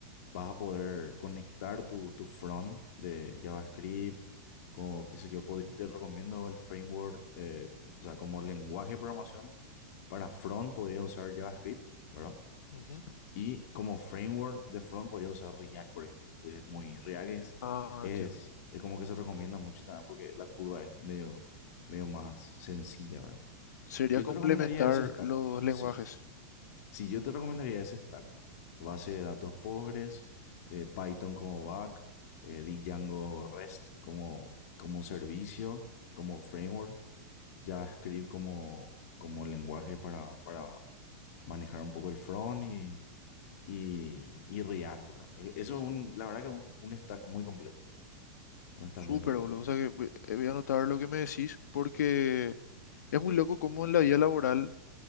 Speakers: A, on the left; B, on the left.
A: vas a poder conectar tu, tu front de JavaScript, como qué sé yo, podría, te recomiendo el framework, eh, o sea, como lenguaje de programación para front podría usar JavaScript, ¿verdad?
B: ujú.
A: Y como framework de front podría usar React, por ejemplo. Es muy, React es,
B: Ah,
A: es,
B: entiendo.
A: es como que se recomienda mucho también porque la curva es medio, medio más sencilla, ¿verdad?
B: Sería
A: Yo
B: complementar
A: te recomendaría ese stack,
B: los lenguajes.
A: sí. Sí, yo te recomendaría ese stack. Base de datos Postgres, eh, Python como back, eh, Django REST como, como servicio, como framework, JavaScript como, como lenguaje para, para manejar un poco el front y y, y React, ¿verdad? E- Eso es un, la verdad que es un, un stack muy completo. Un stack
B: Súper,
A: muy completo
B: boludo.
A: es.
B: O sea que voy eh, voy a anotar lo que me decís porque es muy loco cómo en la vida laboral